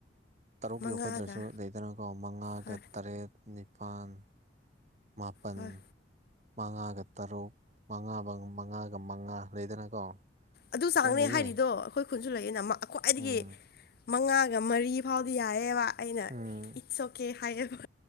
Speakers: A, on the right; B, on the left.
A: ꯇꯔꯨꯛ
B: ꯃꯉꯥꯒ
A: ꯌꯧꯒꯗ꯭ꯔꯖꯨ ꯂꯩꯗꯅꯀꯣ ꯃꯉꯥꯒ
B: ꯍꯣꯏ
A: ꯇꯔꯦꯠ ꯅꯤꯄꯥꯜ ꯃꯥꯄꯟ
B: ꯍꯣꯏ
A: ꯃꯉꯥꯒ ꯇꯔꯨꯛ ꯃꯉꯥ ꯃꯉꯥꯒ ꯃꯉꯥ ꯂꯩꯗꯅꯀꯣ
B: ꯑꯗꯨ ꯆꯥꯡꯅꯦ
A: ꯌꯥꯝ ꯂꯩꯌꯦ
B: ꯍꯥꯏꯔꯤꯗꯣ ꯑꯩꯈꯣꯏ ꯈꯨꯟꯁꯨ ꯂꯩꯌꯦꯅ ꯃꯥ ꯈ꯭ꯋꯥꯏꯗꯒꯤ
A: ꯎꯝ
B: ꯃꯉꯥꯒ ꯃꯔꯤ ꯐꯥꯎꯗꯤ ꯌꯥꯏꯌꯦꯕ ꯑꯩꯅ
A: ꯎꯝ
B: ꯏꯠꯁ ꯑꯣꯀꯦ ꯍꯥꯏꯌꯦꯕ